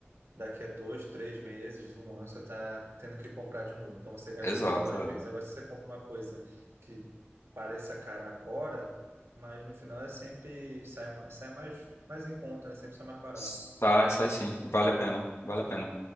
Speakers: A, on the right; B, on the left.
A: daqui a dois, três meses, um ano, você tá tendo que comprar de novo. Então você gasta
B: exato.
A: o dinheiro duas
B: é.
A: vezes. Agora, se você compra uma coisa que pareça cara agora, mas no final é sempre sai, ma- sai mais, mais em conta, né? Sempre sai mais barato.
B: Sai, sai sim. Vale a pena, vale a pena.